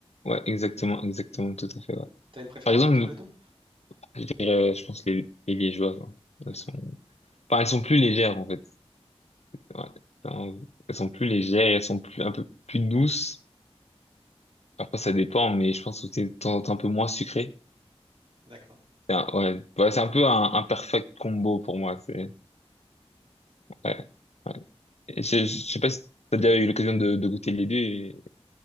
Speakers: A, on the left (about 85°); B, on the right (about 50°).
A: Ouais, exactement, exactement, tout à fait, ouais.
B: T'as une préférence
A: Par exemple,
B: entre
A: nous,
B: les deux?
A: je dirais, euh, je pense, les, les liégeoises, hein. Elles
B: D'accord,
A: sont, enfin, elles sont plus légères, en fait. Ouais. Enfin, Elles sont plus légères, et elles sont plus, un peu plus douces. Après, ça dépend, mais je pense que c'est de temps en temps un peu moins sucré.
B: d'accord.
A: C'est un- ouais, ouais, c'est un peu un, un perfect combo pour moi, c'est, ouais, ouais. Et je, je je sais pas si t'as déjà eu l'occasion de, de goûter les deux et,